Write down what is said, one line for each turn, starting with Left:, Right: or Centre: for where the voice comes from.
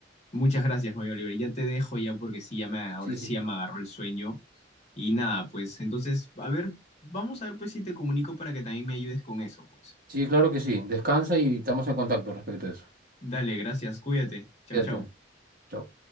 Left: Muchas gracias, Mario Oliver. Ya te dejo ya porque sí, ya me, ahora
Right: Sí, sí,
Left: sí
Right: sí.
Left: ya me agarró el sueño. Y nada, pues entonces, a ver, vamos a ver pues si te comunico para que también me ayudes con eso, pues.
Right: Sí, claro que sí. Descansa y estamos en contacto respecto a eso.
Left: Dale, gracias, cuídate. Chau,
Right: Cuídate.
Left: chau.
Right: Chao.